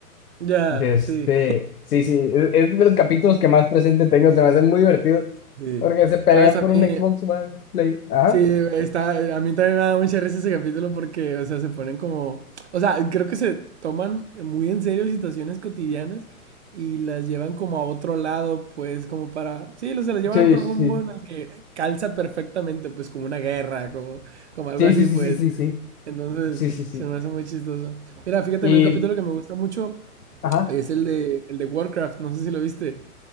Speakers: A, on the right; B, on the left.
A: Ya,
B: De este,
A: sí,
B: sí, sí, es, es de los capítulos que más presente tengo, se me hacen muy divertidos,
A: sí.
B: porque se pelean
A: Sabes, a
B: por un
A: mí,
B: Xbox One Play. Ajá.
A: sí, está, eh, a mí también me da mucha risa ese capítulo porque, o sea, se ponen como, o sea, creo que se toman muy en serio situaciones cotidianas y las llevan como a otro lado, pues, como para, sí, o se las llevan
B: Sí,
A: a otro
B: sí.
A: rumbo en el que calza perfectamente, pues, como una guerra, como, como algo
B: Sí,
A: así,
B: sí, sí,
A: pues.
B: sí, sí, sí.
A: Entonces,
B: Sí, sí, sí.
A: se me hace muy chistoso. Mira, fíjate,
B: Y,
A: a mí un capítulo que me gusta mucho
B: ajá.
A: Es el de, el de Warcraft, no sé si lo viste.